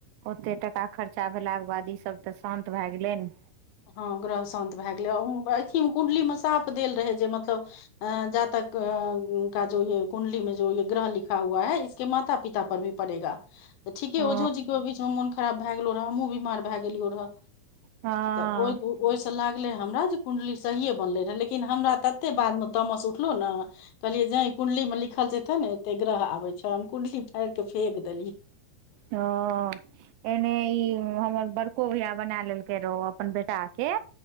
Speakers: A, on the right; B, on the left.
A: ओतेक टाका खर्चा भेलाके बाद ईसभ त शान्त भए गेलै ने
B: हँ ग्रह शान्त भए गेलै अथिमे कुण्डलीमे साप देल रहै जे मतलब अ जातक का जो य कुण्डली मे जो य ग्रह लिखा हुआ है इस कि माता पितापर भी पड़ेगा तऽ ठीके
A: ओ
B: ओझो जी के ओहि बीच मे मोन खराब भए गेलो रहे हमहहुँ बीमार भए गेलियो रहे
A: हँ
B: तऽ ओहि ओहिसँ लागलै हमरा जे कुण्डली सहिए बनलै रहए लेकिन हमरा ततेक बादमे तमस उठलहु ने कहलियै ज कुण्लीमे लिखल छै तेने एते ग्रह आबै छै हम कुण्डली फाड़ क फेक देलियै
A: ह एने ई हमर बड़को भैया बना लेलकै रहो अपन बेटा के